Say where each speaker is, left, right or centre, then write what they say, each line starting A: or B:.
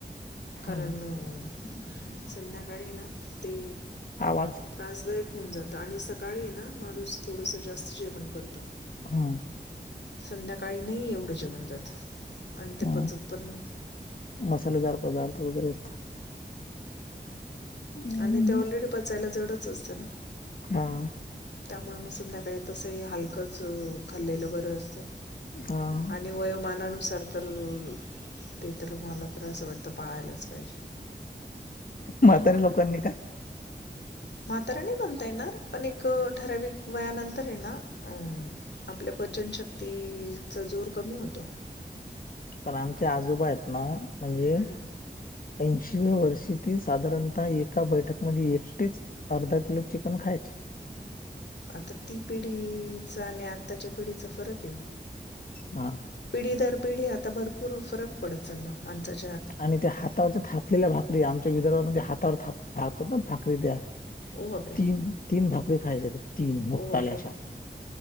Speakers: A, on the left; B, on the left.
A: कारण
B: हां,
A: अ संध्याकाळी ये ना ते
B: आवाज.
A: त्रासदायक होऊन जात आणि सकाळी ये ना माणूस थोडंसं जास्त जेवण करतो.
B: हा
A: संध्याकाळी नही एवढं जेवण जात. आणि ते
B: हं.
A: पचत पण नही.
B: मसालेदार पदार्थ वगैरे असतात. अं,
A: आणि ते ऑलरेडी पचायला जडचं असतं ना.
B: हा.
A: त्यामुळ मग संध्याकाळी तसंही हलकंच अ खाल्लेलं बरं असतं.
B: हां.
A: आणि वयोमानानुस सार असाल तर, ते तर मला तर असं वाटतं पाळायलाच पाहिजे.
B: म्हातारे लोकांनी का?
A: म्हाताऱ्या नाय म्हणता येणार पण एक ठराविक वयानंतर ये ना अ आपल्या प पचनशक्तीचा जोर कमी होतो.
B: पण आमचे आजोबा आहेत ना म्हणजे
A: हम्म.
B: ऐंशीव्या वर्षी ते साधारणतः एका बैठक मध्ये एकटेच अर्धा किलो चिकन खायचे. <inaudible>
A: आता ती पिढीचा आणि आत्ताच्या पिढीचा फरक ये
B: हा.
A: ती दर पिढी आता भरपूर फरक पडत चालला माणसा
B: आणि त्या हातावरच्या थापलेल्या भाकरी आमच्या विदर्भामध्ये हातावर थाप थापतात ना भाकरी त्या
A: ओ बापरे
B: तीन तीन भाकरी खायच्या त्या तीन मोठ्याल्या
A: ओ बापरे
B: अश्या